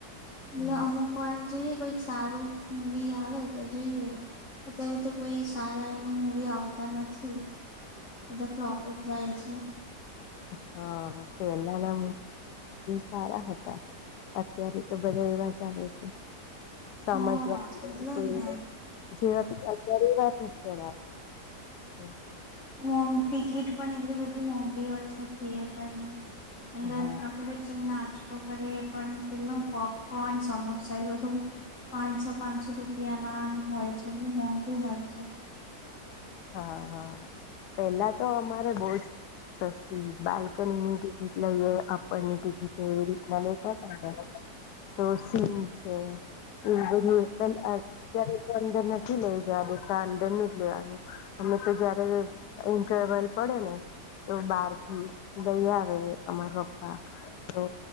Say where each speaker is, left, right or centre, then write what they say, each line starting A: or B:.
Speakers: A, on the left; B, on the left.
A: ગમે
B: એટલે અમુક વાર જોઈએ, કઈક સારું મૂવી આવે તો જોઈએ. અત્યારે તો કોઈ સારા એવા મૂવી આવતા નથી. એધા ફ્લોપ જ જાય છે.
A: હા, પેલાના સારા હતા. અત્યારે તો બધા એવા જ આવે છે. સમજવાનું
B: હા એટલે
A: કોઈ
B: જ ને
A: જેવા અત્યારે એવા ટીચર આવે. <unintelligible>
B: મો ટિકિટ પણ એટલી બધી મોંઘી હોય છે, થિયેટરની. અંદર.
A: હા
B: આપડ જ નાસ્તો કરીએ, પણ કેટલો પોપકોર્ન, સમોસા એ બધું. પાંચસો-પાંચસો રૂપિયામાંમ હોય છે, બહુ મોંઘું હોય છે.
A: હા, હા, પેલા તો અમારે બહુ જ. સસ્તી બાલ્કની ની ટિકિટ લઈએ, અપ્પર ની ટિકિટ એવી રીતના લેતા હતા. તો સિમ છે. એવું બધું પ અત્યારે અંદર નથી લઈ જ દેતા અંદરનું. લેવાનું તો, જયારે ઇન્ટરવલ પડે ને. તો બહાર થી ગઈ આવે, અમાર પપ્પા તો